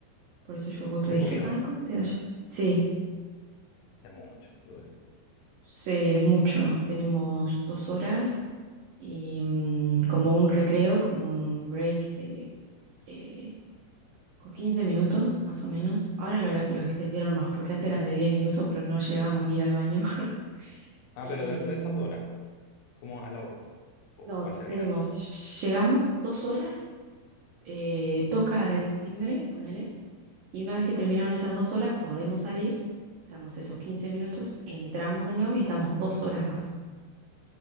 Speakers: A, on the right; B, on the left.
A: Por eso yo justo
B: De
A: dije,
B: corrido,
A: ay, ¿cómo será ya? Sí,
B: de mucho, de horas.
A: sí, es mucho. Tenemos dos horas y mm, como un recreo, como un break de eh, con 15 minutos más o menos. Ahora lo, lo extendieron más, porque antes eran de 10 minutos, pero no llegábamos ni ir al baño. <laughs>
B: Ah,
A: Y,
B: pero dentro
A: mm,
B: de esas dos horas, como a la hora o,
A: no,
B: o al
A: t-
B: terminar,
A: tenemos, llegamos dos horas, eh, toca el timbre, ponele Y una vez que terminaron esas dos horas, podemos salir, estamos esos 15 minutos, entramos de nuevo y estamos dos horas más.